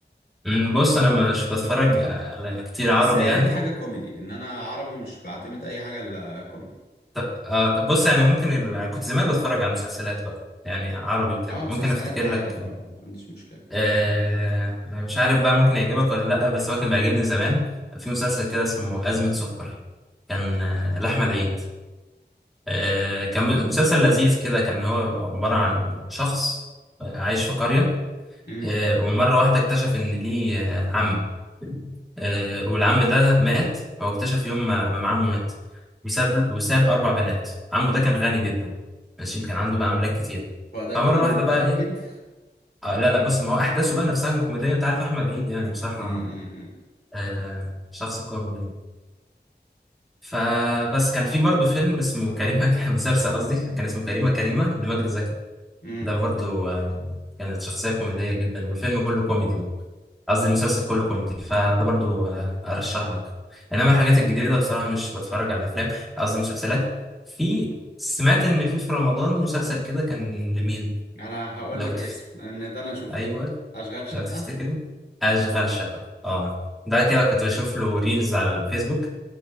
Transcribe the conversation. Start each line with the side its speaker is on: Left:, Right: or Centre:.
Centre: أمم، بص انا مش بتفرج آه، على كتير عربي
Left: بس يا
Centre: يعني
Left: ريت حاجة كوميدي إن أنا عربي مش بعتمد أي حاجة إلا كوميدي
Centre: طب آه طب بص يعني ممكن ال... أنا كنت زمان بتفرج على مسلسلات بقى يعني عربي كده
Left: أه مسلسلات
Centre: ممكن افتكر
Left: عادي
Centre: لك
Left: بقى ما عنديش مشكلة
Centre: آه آه، مش عارف بقى ممكن يعجبك ولا لا بس هو كان بيعجبني زمان في مسلسل كده اسمه أزمة سكر كان آه، لأحمد عيد آه، كان مسلسل لذيذ كده كان هو عبارة عن شخص عايش في قرية
Left: امم
Centre: آه، ومرة واحدة اكتشف إن ليه آه، عم آه، والعم ده مات هو اكتشف يوم ما ما عمه مات وساب وساب أربع بنات عمه ده كان غني جدا ماشي كان عنده بقى أملاك كتير
Left: هو ده
Centre: فمرة
Left: كوميدي
Centre: واحدة
Left: متأكد
Centre: بقى إيه آه لا لا بس ما هو أحداثه بقى نفسها كوميدية أنت عارف أحمد عيد يعني بصراحة
Left: امم
Centre: آه، شخص كوميدي يعني. فبس كان في برضه فيلم اسمه كريمة <laughs> مسلسل قصدي كان اسمه كريمة كريمة لمجد زكي
Left: امم
Centre: ده برضو آه، كانت شخصية كوميدية جدا والفيلم كله كوميدي بقى قصدي المسلسل كله كوميدي فده برضو آه، أرشح لك إنما الحاجات الجديدة بصراحة مش بتفرج على أفلام قصدي مسلسلات في سمعت إن في في رمضان مسلسل كده كان لمين
Left: انا هقول
Centre: لو
Left: لك
Centre: تف...
Left: اسم ان ده انا شفته
Centre: أيوه
Left: اشغال شقة
Centre: لو تفتكروا أشغال شقة أه ده كده كنت بشوف له ريلز على الفيسبوك